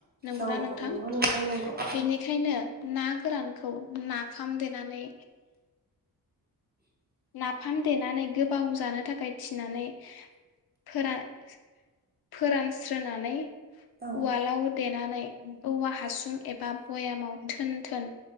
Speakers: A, on the left; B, on the right.
A: नंगौना
B: औ
A: नोंथां
B: औ नंगौ नंगौ
A: बेनिखायनो ना गोरानखौ नाफाम देनानै नाफाम देनानै गोबाव जानो थाखाय थिनानै फोरा-फोरानस्रोनानै
B: औ
A: उवालाव देनानै औवा हासुं एबा भयामाव थोन-थोन